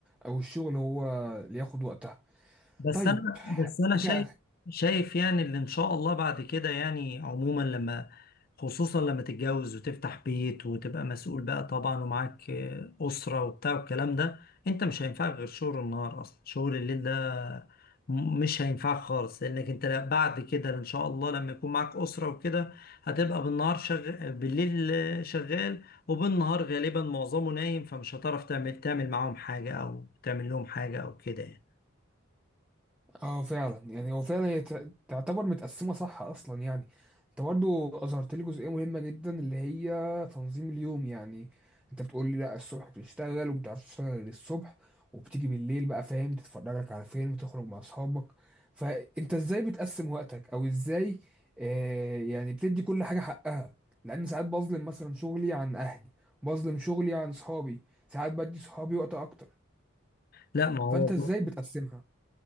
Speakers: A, in the centre; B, on the left.
A: او الشغل هو اللي ياخد وقتها
B: بس
A: طيب
B: انا بس انا
A: حاجه
B: شايف شايف يعني اللي ان شاء الله بعد كده يعني عموما لما خصوصا لما تتجوز وتفتح بيت وتبقى مسؤول بقى طبعا ومعاك آه، اسره وبتاع والكلام ده انت مش هينفعك غير شغل النهار اصلا شغل الليل ده م- مش هينفعك خالص لانك انت لا- بعد كده ان شاء الله لما يكون معاك اسره وكده هتبقى بالنهار شغال بالليل آه، شغال وبالنهار غالبا معظمه نايم فمش هتعرف تعمل تعمل معاهم حاجه او تعمل لهم حاجه او كده يعني.
A: اه فعلا يعني هو فعلا هي تع- تعتبر متقسمه صح اصلا يعني انت برضو اظهرت لي جزئيه مهمه جدا اللي هي تنظيم اليوم يعني انت بتقول لي لا الصبح بتشتغل وما بتعرفش تشتغل غير الصبح وبتيجي بالليل بقى فاهم تتفرج لك على فيلم تخرج مع اصحابك فانت ازاي بتقسم وقتك او ازاي آه يعني بتدي كل حاجه حقها لان ساعات بظلم مثلا شغلي عن اهلي بظلم شغلي عن صحابي ساعات بدي صحابي وقت اكتر
B: لا ما هو
A: فانت ازاي بتقسمها